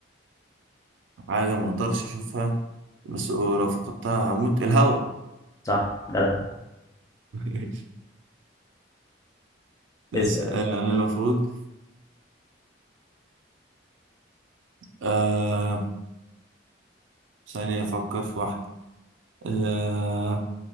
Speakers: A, on the right; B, on the left.
A: حاجة ما اقدرش اشوفها بس آه، لو فقدتها هموت الهواء
B: صح جدع
A: <laughs> ماشي
B: اسأل
A: اسأل آه، انا المفروض آه... ثانية افكر في واحدة آه...